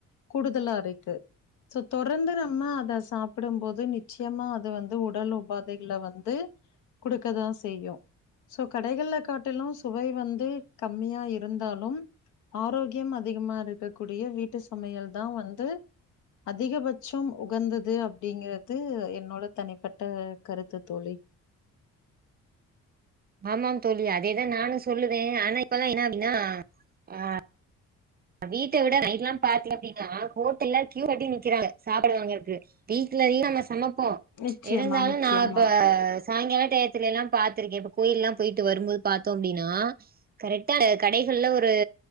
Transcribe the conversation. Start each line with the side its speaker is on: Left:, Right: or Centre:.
Left: கூடுதலா இருக்கு சோ தொடர்ந்து நம்ம அத சாப்பிடும்போது நிச்சயமா அது வந்து உடல் உபாதைகள வந்து குடுக்கதா செய்யு சோ கடைகள்ல காட்டிலு சுவை வந்து கம்மியா இருந்தாலும் ஆரோக்கியம் அதிகமா இருக்கக்கூடிய வீட்டு சமையல் தா வந்து அதிகபட்சம் உகந்தது அப்டிங்கிறது என்னோட தனிப்பட்ட கருத்து தோழி
Right: ஆமாம் தோழி அதேதா நானும் சொல்லுவே ஆனா இப்பல்லா என்ன அப்டின்னா ஆ வீட்ட விட நைட்ல்லா பாத்திங்க அப்டினா ஹோட்டல்ல க்யூ கட்டி நிக்கிறாங்க சாப்பாடு வாங்கறத்துக்கு வீட்லயு நம்ம சமப்போ
Left: நிச்சயமா
Right: இருந்தாலு
Left: நிச்சயமா
Right: நா இப்ப சாயங்கால டயத்திலல்லா பாத்திருக்கே இப்ப கோயில்லா போயிட்டு வரும் போது பாத்தோ அப்டின்னா கரெக்ட்டா கடைகள்ல ஒரு